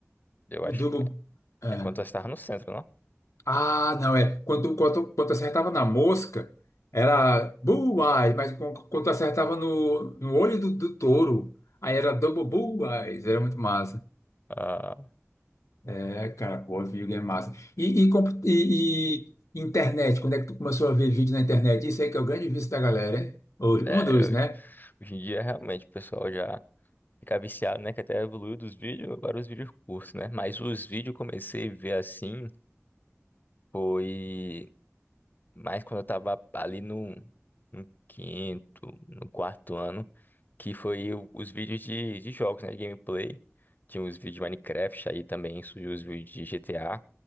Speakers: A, on the left (about 40°); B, on the left (about 80°).
A: Eu
B: O
A: acho
B: Double.
A: que
B: é.
A: é quando nós estávamos no centro, não?
B: Ah, não, é. Quando, quando, quando acertava na mosca, era bullseye, mas com- quando acertava no, no olho do, do touro, aí era double bullseye, era muito massa.
A: Ah,
B: É, cara, pô, videogame massa. E, e, compu- e, e internet, quando é que tu começou a ver vídeo na internet? Isso aí que é o grande vício da galera, hein? Ou-
A: é,
B: Um dos, né?
A: eu- hoje em dia, realmente, o pessoal já fica viciado, né? Que até evoluiu dos vídeos, agora os vídeos curtos, né? Mas os vídeos eu comecei a ver, assim, foi mais quando eu tava ali no, no quinto, no quarto ano, que foi o- os vídeos de, de jogos, né? De gameplay. Tinha os vídeos de Minecraft, aí também surgiu os vídeos de GTA.